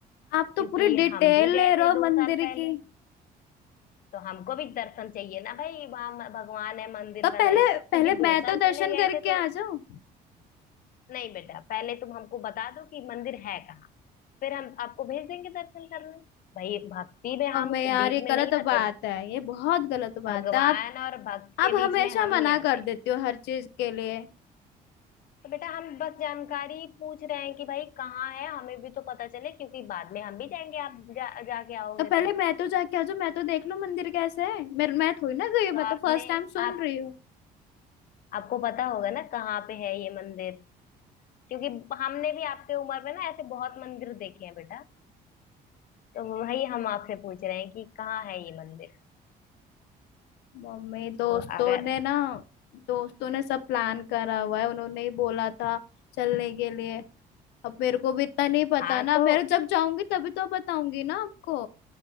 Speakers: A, on the left; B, on the left.
A: क्योंकि
B: आप तो पूरी डिटेल
A: हम भी
B: ले
A: गए
B: रहे
A: थे
B: हो
A: दो
B: मंदिर
A: साल पहले
B: की
A: तो हमको भी दर्शन चाहिए ना भाई वहाँ म- भगवान है मंदिर
B: तब
A: बना
B: पहले
A: है क्योंकि
B: पहले
A: दो
B: मैं
A: साल
B: तो दर्शन
A: पहले गए
B: करके
A: थे
B: आ
A: तो
B: जाऊं
A: नहीं बेटा पहले तुम हमको बता दो कि मंदिर है फिर हम आपको भेज देंगे दर्शन करने भाई भक्ति में हम
B: अब मैं यार
A: बीच
B: ये
A: में
B: गलत
A: नहीं आते
B: बात है ये बहुत गलत बात
A: भगवान
B: है आप
A: और भक्त के
B: आप
A: बीच
B: हमेशा
A: में हम
B: मना
A: नहीं आते
B: कर देती हो हर चीज के लिए
A: तो बेटा हम बस जानकारी पूछ रहे हैं कि भाई कहाँ है हमें भी तो पता चले क्योंकि बाद में हम भी जाएंगे आप जा, जाके आओगे
B: तो पहले
A: तो
B: मैं तो जाके आ जाऊं मैं तो देख लूं मंदिर कैसा है मैं मैं थोड़ी ना गई हूं,
A: तो
B: मैं तो
A: आपने
B: फर्स्ट टाइम सुन
A: आप
B: रही हूँ
A: आपको पता होगा ना कहाँ पे है ये मंदिर क्योंकि हमने भी आपके उम्र में ना ऐसे बहुत मंदिर देखे हैं बेटा तो वही हम आपसे पूछ रहे हैं कि कहाँ है ये मंदिर
B: मम्मी दोस्तों
A: तो अगर
B: ने ना दोस्तों ने सब प्लान करा हुआ है उन्होंने ही बोला था चलने के लिए अब मेरे को भी इतना नहीं पता
A: हाँ
B: ना
A: तो
B: मेरे जब जाऊंगी तभी तो बताऊंगी ना आपको